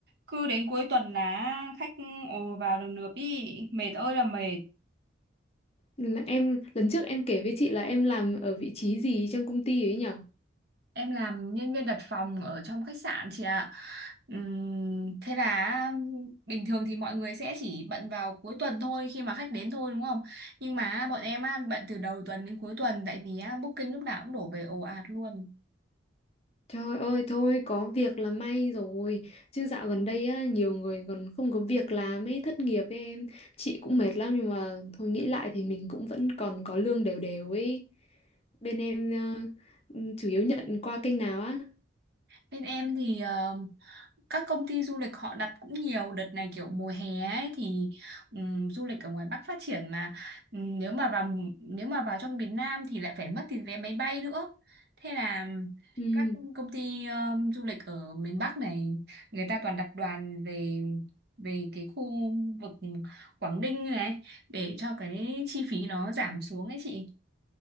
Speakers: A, on the right; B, on the left.
A: Cứ đến cuối tuần là khách ồ vào đồng lượp đi, mệt ơi là mệt.
B: Là Em lần trước em kể với chị là em làm ở vị trí gì trong công ty ấy nhỉ?
A: Em làm nhân viên đặt phòng ở trong khách sạn chị ạ. Ừm, thế là bình thường thì mọi người sẽ chỉ bận vào cuối tuần thôi khi mà khách đến thôi đúng không? Nhưng mà bọn em á, bận từ đầu tuần đến cuối tuần tại vì á, booking lúc nào cũng đổ về ồ ạt luôn.
B: Trời ơi thôi có việc là may rồi Chứ dạo gần đây á, nhiều người còn không có việc làm ấy thất nghiệp với em Chị cũng mệt lắm nhưng mà thôi nghĩ lại thì mình cũng vẫn còn có lương đều đều ấy Bên em ờ, ừ, chủ yếu nhận qua kênh nào á?
A: Bên em thì ờ, các công ty du lịch họ đặt cũng nhiều đợt này kiểu mùa hè ấy thì ừm, du lịch ở ngoài Bắc phát triển mà Ừm, nếu mà vào nếu mà vào trong miền Nam thì lại phải mất tiền vé máy bay nữa. Thế là
B: Ừ.
A: các công ty ờ, du lịch ở miền Bắc này người ta toàn đặt đoàn về về cái khu vực Quảng Ninh này để cho cái chi phí nó giảm xuống ấy chị.